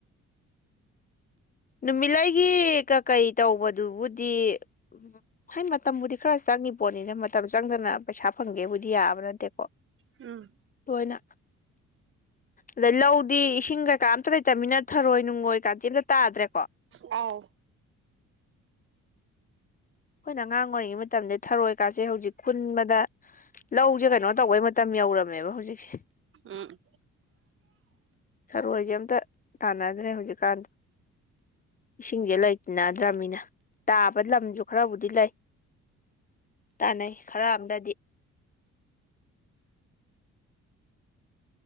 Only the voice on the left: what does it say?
ꯅꯨꯃꯤꯠꯂꯩꯒꯤ ꯀꯀꯩ ꯇꯧꯕꯗꯨꯕꯨꯗꯤ ꯎ ꯍ ꯃꯇꯝꯕꯨꯗꯤ ꯈꯔ ꯆꯪꯉꯤ ꯄꯣꯠꯅꯤꯅ ꯃꯇꯝ ꯆꯪꯗꯅ ꯄꯩꯁꯥ ꯐꯪꯒꯦꯕꯨꯗꯤ ꯌꯥꯕ ꯅꯠꯇꯦꯀꯣ
ꯂꯣꯏꯅ ꯑꯗꯩ ꯂꯧꯗꯤ ꯏꯁꯤꯡ ꯀꯩꯀꯥ ꯑꯝꯇ ꯂꯩꯇꯃꯤꯅ ꯊꯔꯣꯏ ꯅꯨꯡꯉꯣꯏ ꯀꯥꯟꯇ ꯑꯝꯇ ꯇꯥꯗ꯭ꯔꯦ
ꯑꯩꯈꯣꯏꯅ ꯑꯉꯥꯡ ꯑꯣꯏꯔꯤꯉꯩ ꯃꯇꯝꯗ ꯊꯔꯣꯏꯀꯥꯁꯦ ꯍꯧꯖꯤꯛ ꯈꯨꯟꯕꯗ ꯂꯧꯁꯦ ꯀꯩꯅꯣ ꯇꯧꯕꯩ ꯃꯇꯝ ꯌꯧꯔꯝꯃꯦꯕ ꯍꯧꯖꯤꯛꯁꯦ
ꯁꯔꯣꯏꯁꯦ ꯑꯝꯇ ꯇꯥꯟꯅꯗ꯭ꯔꯦ ꯍꯧꯖꯤꯛꯀꯥꯟꯗ ꯏꯁꯤꯡꯁꯦ ꯂꯩ ꯗ꯭ꯔꯃꯤꯅ ꯇꯥꯕ ꯂꯝꯁꯨ ꯈꯔꯕꯨꯗꯤ ꯂꯩ ꯇꯥꯟꯅꯩ ꯈꯔ ꯑꯝꯗꯗꯤ